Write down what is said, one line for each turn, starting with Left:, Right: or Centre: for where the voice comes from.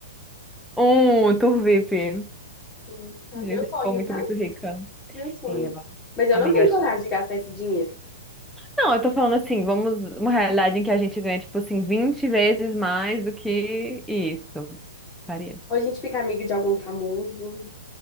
Centre: Um, Tour VIP.
Left: Sim. Ai,
Centre: Diz
Left: meu
Centre: que
Left: sonho,
Centre: foi muito,
Left: tá?
Centre: muito rica.
Left: Meu sonho.
Centre: Eba.
Left: Mas eu
Centre: Amiga,
Left: não tenho
Centre: eu acho.
Left: coragem de gastar esse dinheiro.
Centre: Não, eu tô falando assim, vamos, uma realidade em que a gente ganha, tipo assim, 20 vezes mais do que isso. Faria.
Left: Ou a gente fica amiga de algum famoso.